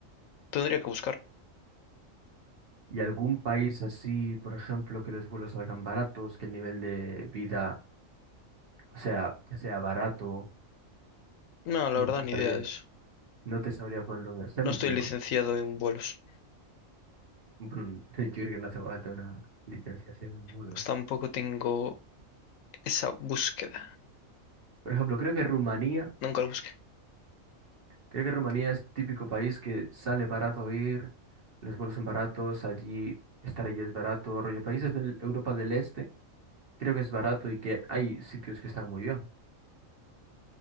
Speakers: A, on the left (about 80°); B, on the right (about 45°).
A: tendría que buscar.
B: Y algún país así, por ejemplo, que los vuelos salgan baratos, que el nivel de vida, o sea, que sea barato,
A: No, la
B: no
A: verdad,
B: te
A: ni
B: sabría,
A: idea de eso.
B: no te sabría poner un ejemplo.
A: No estoy licenciado en vuelos,
B: Bueno, <laughs> yo creo que no hace falta una licenciación en vuelos.
A: pues tampoco tengo esa búsqueda.
B: Por ejemplo, creo que Rumanía,
A: Nunca la busqué.
B: creo que Rumanía es típico país que sale barato ir, los vuelos son baratos, allí estar allí es barato, rollo países de Europa del Este, creo que es barato y que hay sitios que están muy bien.